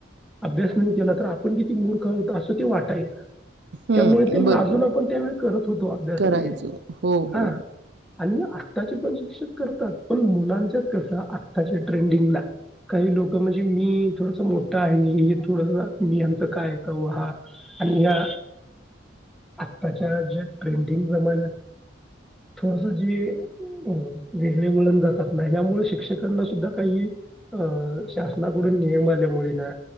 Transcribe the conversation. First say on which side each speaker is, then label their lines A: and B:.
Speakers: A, in the centre; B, on the right.
A: अभ्यास नाही केला तर आपण किती मूर्ख होत असं ते वाटायचं
B: हम्म
A: त्यामुळे ते
B: बरोबर
A: लाजून आपण त्यावेळी करत होतो अभ्यास
B: करायचो
A: वगैरे
B: हो हो
A: हा आणि आत्ताचे पण शिक्षक करतात पण मुलांच्या कसं आत्ताच्या ट्रेंडिंगला काही लोक म्हणजे मी थोडस मोठं आहे हे थोड मीयांचा काय आहे का हा आणि या आत्ताच्या ज्या ट्रेंडिंग जमान थोडस जे अ वेगळे वळण जातात ना यामुळे शिक्षकांना सुद्धा काही अं शासनाकडून नियम आल्यामुळे ना